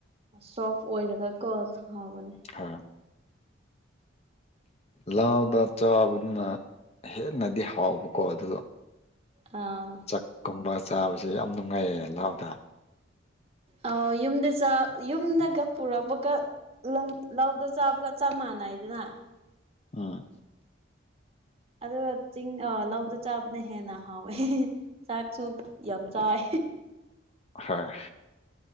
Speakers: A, on the right; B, on the left.
A: ꯁꯣꯐ ꯑꯣꯏꯔꯒꯀꯣ ꯍꯥꯎꯕꯅꯦ
B: ꯍꯥ ꯂꯥꯎꯗ ꯆꯥꯕꯗꯨꯅ ꯍꯦꯟꯅꯗꯤ ꯍꯥꯎꯕꯀꯣ ꯑꯗꯨꯗꯣ
A: ꯑꯥ
B: ꯆꯥꯛꯀꯨꯝꯕ ꯆꯥꯕꯖꯦ ꯌꯥꯝ ꯅꯨꯡꯉꯥꯢꯌꯦ ꯂꯥꯗ
A: ꯑꯧ ꯌꯨꯝꯗ ꯆꯥꯛ ꯌꯨꯝꯗꯒ ꯄꯨꯔꯛꯄꯀꯥꯟ ꯂꯧ ꯂꯧꯗ ꯆꯥꯕꯒ ꯆꯞ ꯃꯥꯟꯅꯩꯗꯅ
B: ꯑꯥ
A: ꯑꯗꯨꯒ ꯆꯤꯡ ꯑꯥ ꯂꯧꯗ ꯆꯥꯕꯅ ꯍꯦꯟꯅ ꯍꯥꯎꯋꯦ ꯆꯥꯛꯁꯨ ꯌꯥꯝ ꯆꯥꯢ
B: ꯍꯣꯢ